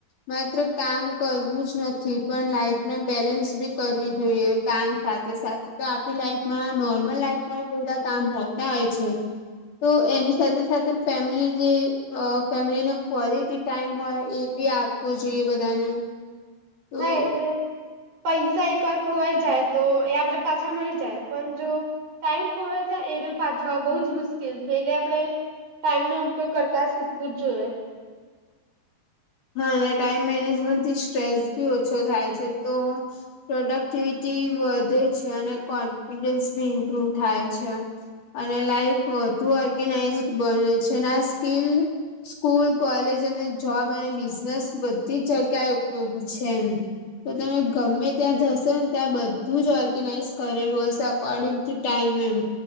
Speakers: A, on the left; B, on the right.
A: માત્ર કામ કરવું જ નથી પણ લાઈફને બેલેન્સ બી કરવી જોઈએ. કામ સાથે સાથે તો આપણી લાઈફમાં નોર્મલ લાઈફમાં બધા કામ હોતા હોય છે. તો એની સાથે સાથે ફેમિલી જે અ ફેમિલીનો ક્વોલિટી ટાઈમ હોય એ બી આપવો જોઈએ બધાને તો
B: હા એટલે પૈસા એકવાર ખોવાઈ જાય તો એ આપડે પાછા મળી જાય પણ જો ટાઈમ ખોવાય જાય એરો પાછા બહુ જ મુશ્કેલ છે એટલે આપણે ટાઈમનો ઉપયોગ કરતા શીખવું જ જોઈએ.
A: હા અને ટાઈમ મેનેજમેન્ટથી સ્ટ્રેસ બી ઓછો થાય છે તો પ્રોડક્ટિવિટી વધે છે અને કોન્ફિડન્સ બી ઇમ્પ્રુવ થાય છે. અને લાઈફ વધુ ઓર્ગેનાઈઝ બને છે ને આ સ્કીલ સ્કૂલ, કોલેજ અને જોબ અને બિઝનેસ બધી જ જગ્યાએ ઉપયોગી છે એમ. તો તમે ગમે ત્યાં જશો ને ત્યાં બધું જ ઓર્ગેનાઈઝ કરેલું હશે અકોર્ડિંગ ટુ ટાઈમ એમ,